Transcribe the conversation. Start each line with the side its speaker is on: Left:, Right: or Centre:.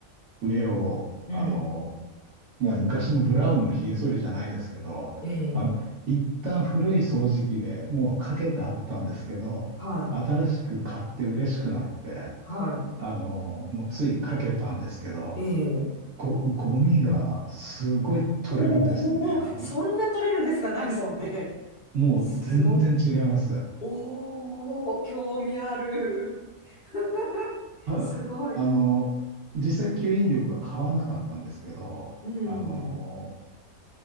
Right: 上を、
Left: うん。
Right: あのもう昔のブラウンのひげ剃りじゃないですけど、
Left: ええ
Right: あの、一旦古い掃除機でもうかけてあったんですけど、
Left: はい、
Right: 新しく買って嬉しくなって、
Left: は
Right: あの、もうついかけたんですけど、
Left: い、ええ、
Right: ご、ゴミがすごい取れるんですよね。
Left: おお、
Right: あの、
Left: そんな取れるんですか、ダイソンって。
Right: もう全然違います。
Left: すごおお、興味ある。<laughs>
Right: ただ、
Left: すごい。
Right: あの、実際吸引力は変わんなかったんですけど、
Left: うん、
Right: あの、